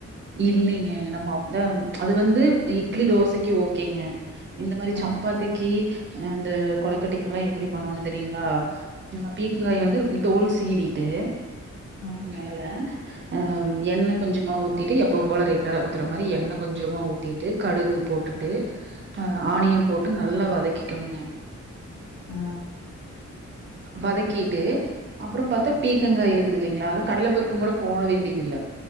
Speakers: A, on the right; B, on the left.
A: இல்லேங்க நம்ம அப் வந்து அது வந்து இட்லி தோசைக்கு ஓகேங்க இந்த மாரி
B: ம்
A: சப்பாத்திக்கி அந்த கொழக்கட்டக்கி எல்லாம் எப்பிடி பண்ணோன்னு தெரியீங்களா நம்ம பீக்கங்காய வந்து தோல் சீவிட்டு
B: ம்
A: மேல ஆம் எண்ணெ கொஞ்சமா ஊத் திட்டு எப்பவும் போல ரெகுலரா ஊத்துற மாரி எண்ணெ கொஞ்சமா ஊத்திட்டு கடுகு போட்டுட்டு ஆனியன் போட்டு நல்லா வதக்கிக்கணுங்க
B: அ
A: வதக்கீட்டு அப்புறம் பாத்தா பீக்கங்கா இருக்குது இல்லிங்களா அது கடல பருப்பும் கூட போட வேண்டியது இல்லே